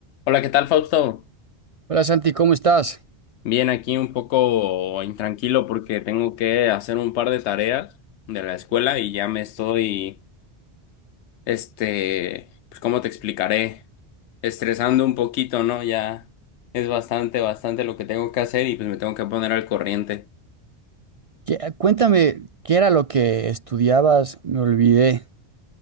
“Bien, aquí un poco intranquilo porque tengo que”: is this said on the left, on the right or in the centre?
Left